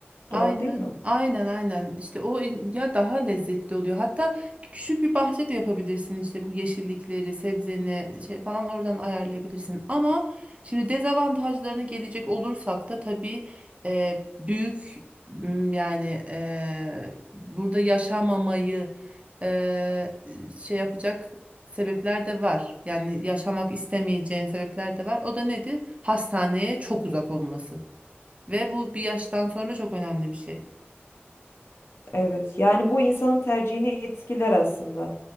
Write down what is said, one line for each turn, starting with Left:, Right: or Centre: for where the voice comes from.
Right: Aynen,
Left: Doğru değil mi?
Right: aynen, aynen. İşte o in- ya daha lezzetli oluyor. Hatta küçük bir bahçe de yapabilirsin işte bu yeşillikleri, sebzeni şey falan oradan ayarlayabilirsin. Ama şimdi dezavantajlarına gelecek olursak da tabii e, büyük m, yani e, burada yaşamamayı e, şey yapacak sebepler de var. Yani yaşamak istemeyeceğin sebepler de var. O da nedir? Hastaneye çok uzak olması. Ve bu bir yaştan sonra çok önemli bir şey.
Left: Evet, yani bu insanın tercihini etkiler aslında.